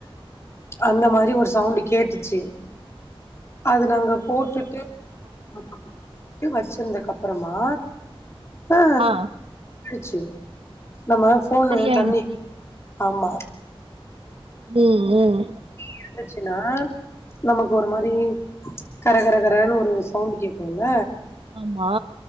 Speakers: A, on the left; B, on the right.
A: அந்த மாரி ஒரு சவுண்டு கேட்டுச்சி அது நாங்க போட்டுட்டு அப்படியே வச்சிருந்தக்கு அப்பறமா ஆ
B: ஆ
A: ச்ச நம்ம போன்ல
B: சரியாயிடுச்சு
A: தண்ணி ஆமா
B: ம் ம்
A: இருந்துச்சுனா நமக்கு ஒரு மாரி கர கரகரன்னு ஒரு சவுண்டு கேக்குல்ல
B: ஆமா